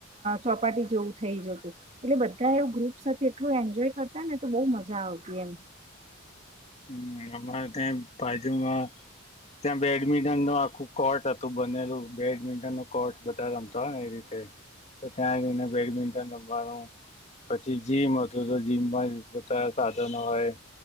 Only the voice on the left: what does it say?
હમણા ત્યાં બાજુમાં ત્યાં બેડમિન્ટન નું આખું કોર્ટ હતું બનેલું. બેડમિન્ટન નો કોર્ટ બધા રમતા હોય ને એ રી તે તો ત્યાં જઈને બેડમિન્ટન રમવાનું પછી જીમ હતું. તો જીમમાં બધા સાધનો હોય